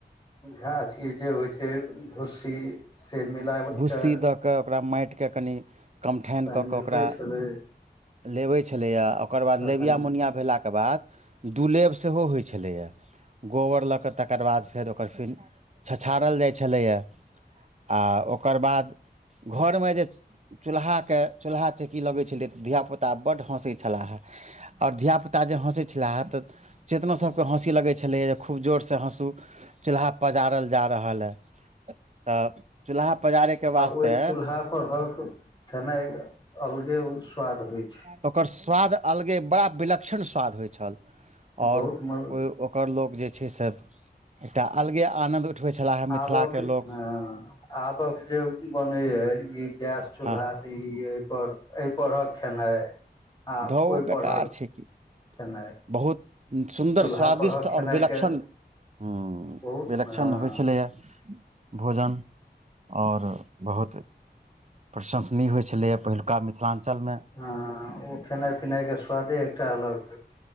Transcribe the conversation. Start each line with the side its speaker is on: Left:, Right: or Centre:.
Left: घासके जे होइ छै भूस्सी से मिला
Right: भुस्सी
Left: कऽ
Right: दऽ कऽ ओकरा माटिकेँ कनि कमठानि
Left: तहन
Right: कऽ कऽ
Left: मिलबै
Right: ओकरा
Left: छलै
Right: लेबै छलैए ओकर बाद
Left: तखन
Right: लेबिया मुनिया भेलाके बाद दुलेब सेहो होइत छलैए गोबर लऽ कऽ तकर बाद फेर ओकर फेर छछाड़ल जाइ छलैए आ ओकर बाद घरमे जे चूल्हाके चूल्हा चकी लगैत छलै तऽ धियापुता बड्ड हँसैत छलाह हे आओर धियापुता जे हँसैत छलाहे तऽ चेतना सभकेँ हँसी लगै छलैए जे खूब जोरसँ हँसू चूल्हा पजारल जा रहल हइ तऽ चूल्हा पजारैके वास्ते
Left: आ ओहि चूल्हापरक खेनाइ अलगे स्वाद होइत छै
Right: ओकर स्वाद अलगे बड़ा विलक्षण स्वाद होइत छल आओर
Left: बहुत म
Right: ओ ओकर लोक जे छै से एकटा अलगे आनन्द उठबै छलाहे
Left: आबऽके
Right: मिथिलाके लोक
Left: हँ आबक जे बने ये ई गैस चूल्हा
Right: हँ
Left: तऽ ई पर बनि कऽ परक खेनाइ आ
Right: धौ
Left: ओहि
Right: बेकार
Left: पढ़क खेनाइ
Right: छै की बहुत सुन्दर
Left: चूल्हा
Right: स्वादिष्ट
Left: परहक
Right: आओर
Left: खेनाइके
Right: विलक्षण ह
Left: बहुत
Right: विलक्षण
Left: हँ
Right: होइ छलैए भोजन आओर बहुत प्रशंसनीय होइ छलैए पहिलुका मिथिलाञ्चलमे
Left: ह ओ खेनाइ पिनाय के स्वादे एकटा अलग ह